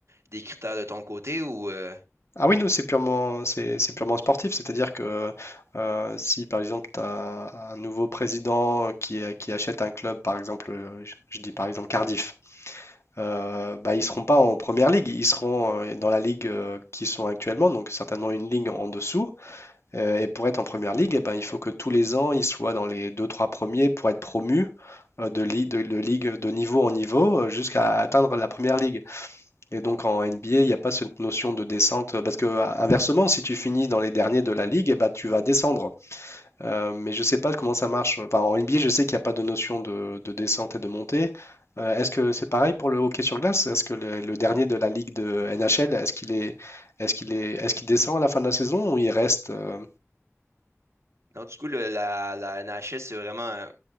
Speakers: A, on the right; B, on the left.
A: des critères de ton côté ou euh,
B: Ah oui, nous, c'est purement, c'est, c'est purement sportif, c'est-à-dire que euh, si par exemple tu as un nouveau président qui, a- qui achète un club, par exemple, euh, je, je dis par exemple Cardiff, euh, bah, ils seront pas en première ligue, ils seront euh, dans la ligue euh, qu'ils sont actuellement, donc certainement une ligue en dessous. Euh, et pour être en première ligue, eh ben, il faut que tous les ans ils soient dans les deux trois premiers pour être promus euh, de, li- de, de ligue de niveau en niveau euh, jusqu'à atteindre la première ligue. Et donc en NBA, il n'y a pas cette notion de descente, parce que à- inversement, si tu finis dans les derniers de la ligue, eh ben, tu vas descendre. Euh, mais je ne sais pas comment ça marche. Enfin, en NBA, je sais qu'il n'y a pas de notion de, de descente et de montée. Euh, est-ce que c'est pareil pour le hockey sur glace? Est-ce que le, le dernier de la ligue de NHL, est-ce qu'il est, est-ce qu'il est, est-ce qu'il descend à la fin de la saison ou il reste? euh
A: non, du coup le- la, la NHL, c'est vraiment euh,